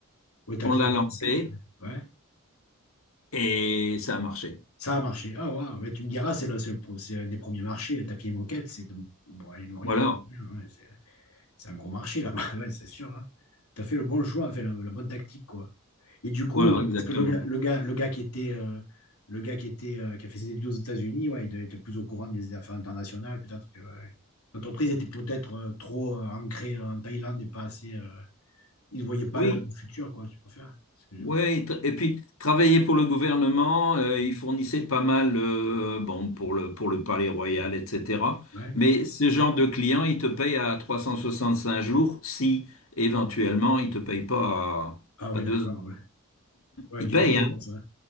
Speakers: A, on the left; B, on the left.
A: au tapis.
B: on l'a lancé
A: Ouais.
B: et ça a marché.
A: Ça a marché. Ah, waouh. Mais tu me diras, c'est le, c'est le pro- c'est un des premiers marchés. Tapis et moquette, c'est de- bon, et l'Orient,
B: Voilà.
A: ouais, c'est c'est un gros marché là-bas, <laughs> ouais, c'est sûr. hein. T'as fait le bon choix, fait la, la bonne tactique, quoi. Et du coup,
B: Voilà, exactement.
A: parce que le gars, le gars, le gars qui était, euh, le gars qui était, euh, qui a fait ses études aux États-Unis, ouais, il devait être plus au courant des affaires internationales, peut-être que ouais. L'entreprise était peut-être euh, trop euh, ancrée euh, en Thaïlande et pas assez. euh, il ne voyait pas
B: Oui,
A: le futur, quoi, tu préfères. C'est ce que je-
B: ouais, et, tra- et puis travailler pour le gouvernement, euh, il fournissait pas mal, euh, bon, pour le, pour le Palais Royal, etc.
A: Ouais.
B: Mais ce genre de client, il te paye à 365 jours si éventuellement il te paye pas
A: Ah oui,
B: à, à deux
A: d'accord,
B: ans.
A: ouais. Ouais,
B: Il
A: du
B: paye,
A: coup, c'est
B: hein?
A: pas ça.